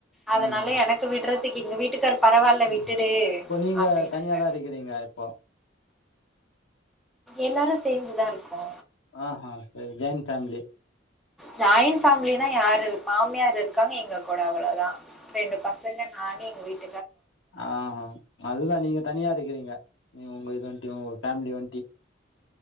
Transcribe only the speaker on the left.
ம்
ம் இப்போ நீங்க
தனியாதா இருக்கிறீங்க இப்போ
ஆ ஹா செரி ஜாய்ன் ஃபேமிலி
ஆ அதுதா நீங்க தனியா இருக்கிறிங்க நீ உங்க இதுன்ட்டு உ ஃபேமிலி ஒந்த்தி